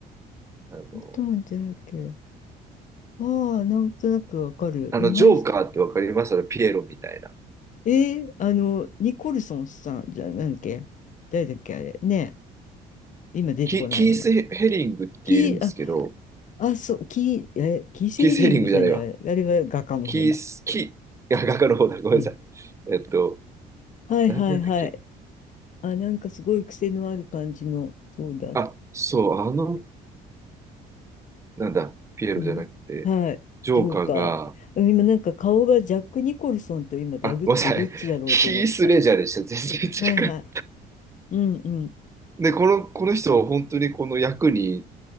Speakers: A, on the right; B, on the left.
A: あの、
B: あとなんてだっけ。ああ、なんとなくわかる。
A: あの、
B: でも、
A: ジョーカーってわかりますあのピエロみたいな。
B: はい、えーあの、ニコルソンさんじゃ、なんだっけ誰だっけあれ。ね。今出てこない名前。
A: キ、キース・ヘリングっているんですけど、
B: キー、あ、あ、そう、キー、え、キーセーリングじゃない。
A: キース・ヘリングじゃないわ。
B: あれは画家の方だ。
A: キース、キ、いや、画家の方だ。ごめんなさい。
B: うん。
A: えっと、
B: はいはいはい。
A: なんだったっけ
B: あ、なんかすごい癖のある感じの、そうだ。
A: あ、そう、あのなんだ、ピエロじゃなくて、
B: うん。はい。
A: ジョーカーが、
B: ジョーカー。うん今なんか顔がジャック・ニコルソンと今ダブってどっちだろうと思った。
A: あ、ごめんなさい、ヒース・レジャーでした。全然違う。
B: はいはい。うんうん。
A: で、この、この人、本当にこの役に